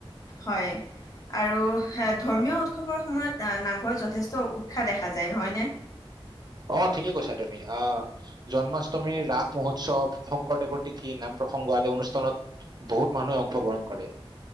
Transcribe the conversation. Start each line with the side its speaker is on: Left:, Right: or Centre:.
Left: হয়, আৰু অ, ধৰ্মীয় উৎসৱৰ সময়ত নামঘৰত যথেষ্ট উৎসাহ দেখা যায়, নহয়নে?
Right: অ ঠিকে কৈছা তুমি, অ, জন্মাষ্টমী, ৰাস মহোৎসৱ, শংকৰদেৱৰ তিথি, নাম প্ৰসংগ আদি অনুষ্ঠানত বহুত মানুহে অংশগ্ৰহণ কৰে